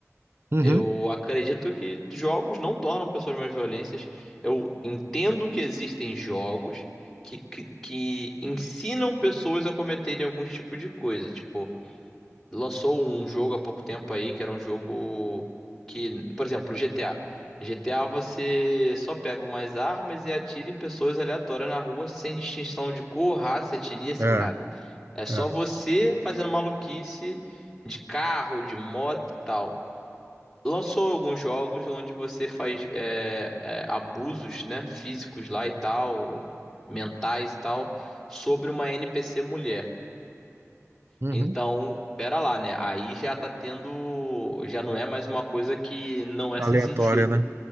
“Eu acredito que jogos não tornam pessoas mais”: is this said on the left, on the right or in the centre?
Centre